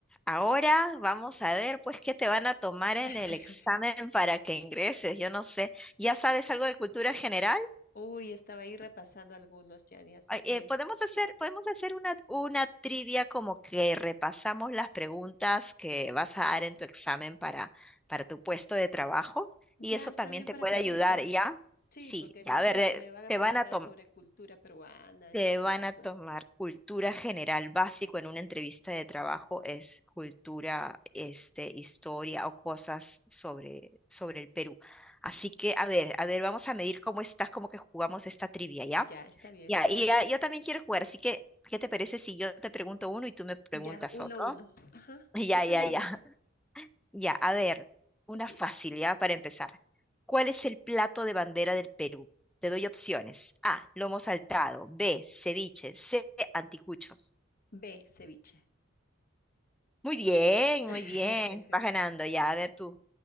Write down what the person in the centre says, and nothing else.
Ahora vamos a ver, pues, qué te van a tomar en
el examen para que ingreses. Yo no sé. ¿Ya sabes algo de cultura general?
Ay,
eh, podemos hacer, podemos hacer una, una trivia como que repasamos las preguntas que vas a dar en tu examen para, para tu puesto de trabajo
y eso
también
te
puede
ayudar, ¿ya?
Sí,
ya,
a ver, eh,
te
van a tomar.
Te
van a tomar
cultura general básico en una entrevista de trabajo, es cultura, este, historia o cosas sobre, sobre el Perú. Así que, a ver, a ver, vamos a medir cómo estás, como que jugamos esta trivia, ¿ya?
Ya,
y
ya, yo también quiero jugar, así que, ¿qué te parece si yo te pregunto uno y tú me preguntas
otro?
<laughs> Ya,
ya,
ya. Ya, a ver, una
facilidad para empezar. ¿Cuál es el plato de bandera del Perú? Te doy opciones. A, lomo saltado. B, ceviche. C, anticuchos.
Muy bien,
muy bien. Vas ganando ya. A ver tú,